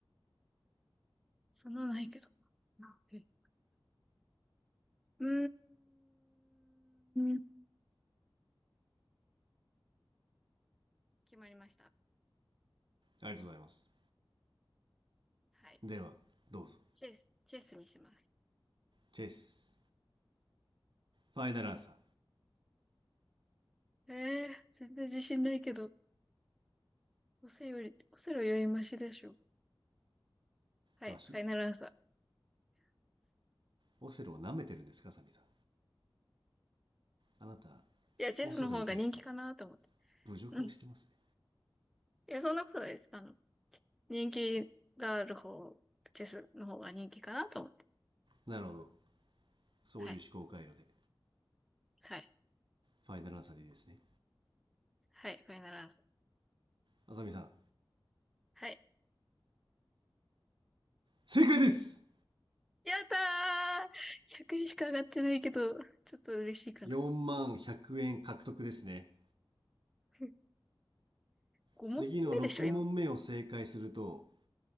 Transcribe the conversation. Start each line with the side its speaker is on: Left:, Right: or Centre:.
Centre: そんなないけど。あえうーん。決まりました。
Right: ありがとうございます。
Centre: はい。
Right: では、どうぞ。
Centre: チェス、チェスにします。
Right: チェス。ファイナルアンサー。
Centre: えー、全然自信ないけど。オセより、オセロよりマシでしょ。はい、
Right: マシ。
Centre: ファイナルアンサー。
Right: オセロを舐めてるんですか、サミさん。あなた、
Centre: いや、チェスの方が人気かなと思って。
Right: オセロに対して侮辱をしてますね。
Centre: うん。いや、そんなことないです。あの、人気がある方、チェスの方が人気かなと思って。
Right: なるほど。そういう思考回路で、
Centre: はい、はい、
Right: ファイナルアンサーでいいですね。
Centre: はい、ファイナルアンサー。
Right: あさみさん、
Centre: はい。
Right: 正解です
Centre: やったー !100 円しか上がってないけど、ちょっと嬉しいかな。
Right: 4万100円獲得ですね。
Centre: <laughs> 5問目でしょ、
Right: 次の6問目を正解すると、
Centre: 今。